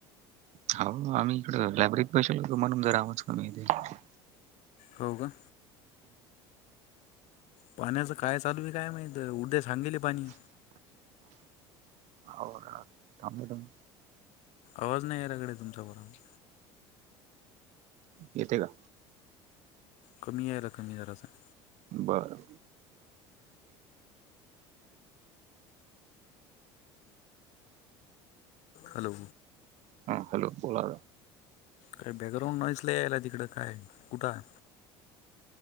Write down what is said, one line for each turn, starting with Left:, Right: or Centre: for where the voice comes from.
Right: हाव आम्ही इकडे लायब्ररीत बैसेल म्हणून जरा आवाज कमी येतंय.
Left: हो का? पाण्याचं काय चालू आहे काय माहित उद्या सांगीले पाणी.
Right: हो का थांब तुम्ही.
Left: आवाज नाही याला गाड्या तुमचा बरोबर!
Right: येतय का?
Left: कमी यायला कमी जरासां.
Right: बर!
Left: हॅलो
Right: हा हॅलो बोला!
Left: काय बॅकग्राउंड नाईस यायला तिकड काय कुठं